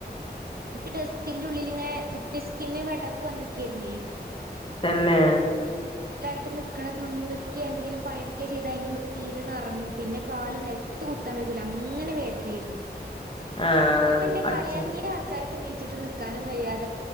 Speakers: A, on the right (about 60°); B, on the left (about 30°).
A: ഇനിക്ക് ഡെസ്കിന്റെ ഉള്ളിൽ ഇങ്ങനെ കന്നെ വിടവ് വന്നിക്കിരണ
B: തന്നെ
A: ആ നക്കണം നി നിക്കി എന്തെങ്കിലും പണിയെക്കുക ചെയ്ത്തിന്റെറെ ഉള്ളിൽ നീരി ഇറങ്ങും പിന്നെ കാല് നിലത്ത് കുത്താൻ വക്കൂല അങ്ങനെ വേദനയാ-
B: ആഹ്
A: ഇപ്പൊ എന്റെ
B: പടച്ചോൻ
A: കളിയാക്കീനെ ആൾക്കാർ- നീച്ച്ട്ട് നിൽക്കാനും വയ്യതെ